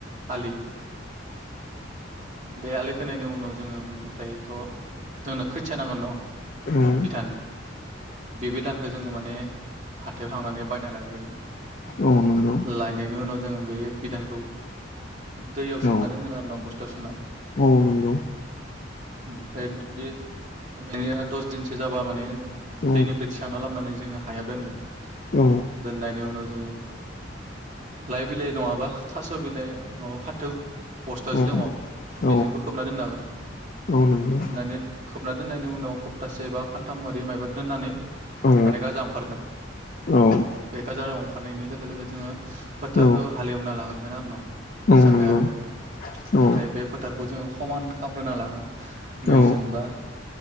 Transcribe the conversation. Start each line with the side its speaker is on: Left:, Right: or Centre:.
Right: आलि बे आलि खोनायनि उनाव जोङो ओमफ्रायथ' जोंनो खोथिया नांगोन न
Left: उम
Right: बिधान बे दानखौ जोङो माने हाथायाव थांनानै बायना लायग्रोगोन
Left: औ नंगौ
Right: लायनायनि उनाव जों बे बिधानखौ दैयाव
Left: औ
Right: सोमना दोनगोन आरो ना बस्थायाव सोना
Left: औ नंगौ
Right: ओमफ्राय बे सोंनाया दस दिनसो जाबा माने
Left: औ
Right: दैनिफ्राय थिखांना लाबोनानै जोङो हायाव दोनगोन
Left: औ
Right: दोननायनि उनाव जोङो लाइ बिलाइ नङाबा थास' बिलाइ नङाबा फाथो पस्थासो
Left: औ
Right: दङ
Left: औ
Right: बेजोंबो खोबना दोननो हागोन
Left: औ नंगौ
Right: खोबनानै खोबना दोननायनि उनाव सप्तासे बा खान्थाम मो माबा दोननानै
Left: औ
Right: माने गाजा ओंखारगोन
Left: औ
Right: बे गाजानाव ओंखारनायनि लोगो लोगो जोङो फोथारखौ
Left: औ
Right: हालेवना लाग्रोगोन आरो न
Left: औ
Right: मोजाङै
Left: नंगौ
Right: आरोबाव
Left: औ
Right: ओमफ्राय
Left: औ
Right: बे फोथारखौ जोङो समान खालामग्रोना लागोन मैजों
Left: औ
Right: बा